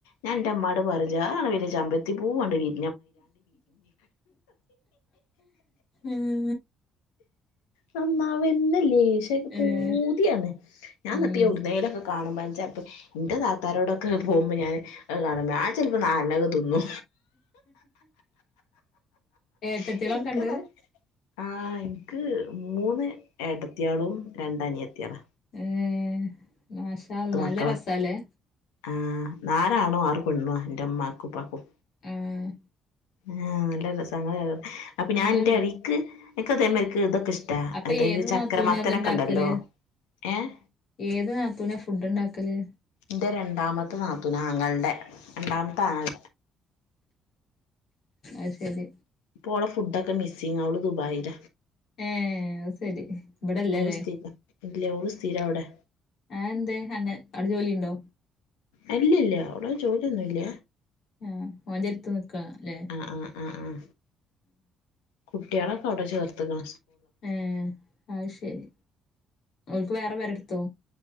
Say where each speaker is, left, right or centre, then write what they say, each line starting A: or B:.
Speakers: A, on the left; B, on the left.
A: ഞാൻ എന്റെ ഉമ്മാട് പറഞ്ചു ആ ആണ് വലിയ ചമ്പരത്തി പൂവണ്ട വിരി
B: ഉം
A: നന്നാവന്നെ ഇതിനേഷം
B: ഏഹ്
A: പൂതിയാണ് ഞാൻ
B: ഉം
A: എന്നിട്ട് എവിടുന്നേലൊക്കെ കാണുമ്പം ചെൽപ്പം എന്റെ താത്താരോടൊക്കെ പോകുമ്പം ഞാന് കാണും. ഞാൻ ചിലപ്പോ നാലെണ്ണൊക്കെ തിന്നു.
B: ഏട്ടത്തിയാളൊക്കെ
A: <unintelligible>
B: ഇണ്ട്
A: ആഹ് എനിക്ക് മൂന്ന് ഏട്ടത്തിയാളും രണ്ടനിയത്തിയാള
B: ഏഹ് മാ ഷാ അല്ലാഹ്
A: മക്കളാ
B: നല്ല രസാല്ലേ
A: ആഹ് നാലാണും ആറ് പെണ്ണുആ എന്റെ ഉമ്മാക്കും ഉപ്പാക്കും
B: ആഹ്
A: ആഹ് നല്ല രസങ്ങള അപ്പൊ
B: നിങ്ങളല്ല
A: ഞാൻ എന്റെ അടിക്ക് എക്കതേമാരിക്ക് ഇതൊക്കെ ഇഷ് ട്ടാ.
B: അപ്പൊ
A: അതയ്ഞ്ഞു
B: ഏത്
A: ചക്കര
B: നാത്തൂനാ
A: മത്തനൊക്കെ
B: ഇത് ഇണ്ടാക്കല്
A: ഇണ്ടല്ലോ ഏഹ്
B: ഏത് നാത്തുന ഫുഡ്ണ്ടാക്കല്
A: എൻ്റെ രണ്ടാമത്തെ നാത്തുനാങ്ങൾടെ രണ്ടാമത്തെ ആങ്ങൾ
B: അത്ശരി
A: ഇപ്പോളടെ ഫുഡൊക്കെ മിസ്സിങ്ങ ഓള് ദുബായില
B: ഏഹ് അത് ശരി ഇബടെല്ലല്ലേ
A: ഓള് സ്ഥിര ഇല്ലേ ഓള് സ്ഥിര അവിടെ
B: ആത് എന്തേ അങ്ങ അവിടെ ജോലിണ്ടോ?
A: അല്ലില്ല അവിട ജോലലിയൊന്നുല്ല
B: ആഹ് ഓന്റെരുത്ത് നിക്ക അല്ലെ
A: ആഹ് ആഹ് ആഹ് ആഹ് കുട്ട്യാളൊക്കെ അവിടെ ചേർത്ത്ക്ക്ണ്
B: ഏഹ് അത് ശരി ഓൽക്ക് വേറെ പെരെടുത്തോ